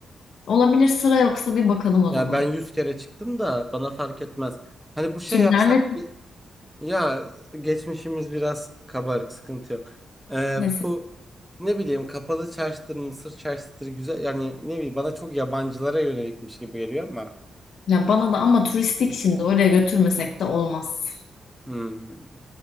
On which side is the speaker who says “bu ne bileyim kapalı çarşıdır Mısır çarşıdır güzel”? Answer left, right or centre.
Centre